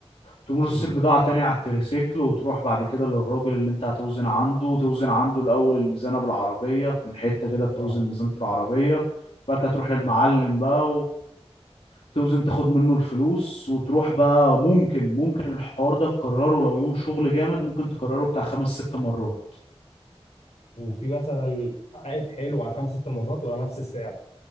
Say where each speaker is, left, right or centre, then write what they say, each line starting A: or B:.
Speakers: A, on the left; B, on the left.
A: تقوم رصص
B: مم.
A: البضاعة تاني على التريسيكل وتروح بعد كده للراجل اللي انت هتوزن عنده وتوزن عنده الأول الميزانة بالعربية من حتة كده بتوزن
B: آه
A: ميزانة العربية بقى تروح
B: مم.
A: للمعلم بقى وتوزن تاخد منه الفلوس وتروح بقى ممكن ممكن الحوار ده تكرره لو يوم شغل جامد ممكن تكرره بتاع خمس ست مرات
B: وفي مثلا عائد حلو على خمس ست مرات ولا نفس السعر